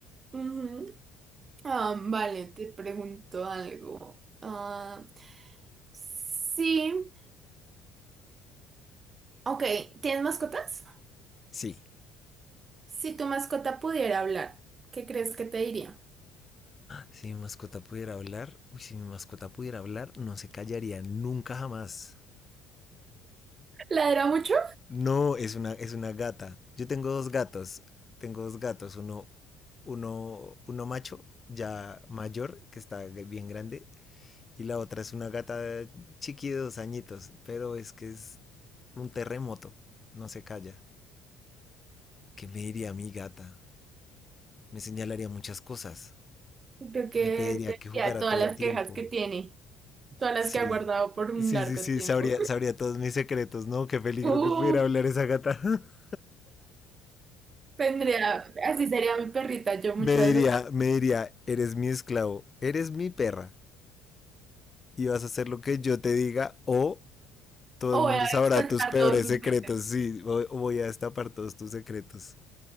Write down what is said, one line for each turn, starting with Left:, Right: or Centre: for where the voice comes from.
Right: Ujú. Ah, vale, te pregunto algo. Ah, sí. Ok, ¿tienes mascotas?
Left: Sí.
Right: Si tu mascota pudiera hablar, ¿qué crees que te diría?
Left: Si mi mascota pudiera hablar, uy, si mi mascota pudiera hablar, no se callaría nunca jamás.
Right: ¿Ladra mucho?
Left: No, es una, es una gata. Yo tengo dos gatos. Tengo dos gatos. Uno, uno, uno macho, ya mayor, que está bien grande. Y la otra es una gata chiqui de dos añitos. Pero es que es un terremoto. No se calla. ¿Qué me diría mi gata? Me señalaría muchas cosas.
Right: Creo que
Left: Me pediría
Right: te
Left: que jugara
Right: diría todas
Left: todo el
Right: las
Left: tiempo.
Right: quejas que tiene, todas
Left: Sí.
Right: las que ha guardado por
Left: Sí,
Right: un largo
Left: sí, sí,
Right: tiempo.
Left: sabría,
Right: <laughs>
Left: sabría todos mis secretos, ¿no? Qué peligro
Right: Uh,
Left: que pudiera hablar esa gata. <laughs>
Right: tendría, así sería mi perrita. Yo
Left: Me
Right: muchas
Left: diría, me diría, eres mi esclavo, eres mi perra, y vas a hacer lo que yo te diga, o todo
Right: O
Left: el mundo
Right: voy a
Left: sabrá
Right: sacar
Left: tus peores
Right: todos sus
Left: secretos.
Right: pe-
Left: Sí, voy, voy a destapar todos tus secretos.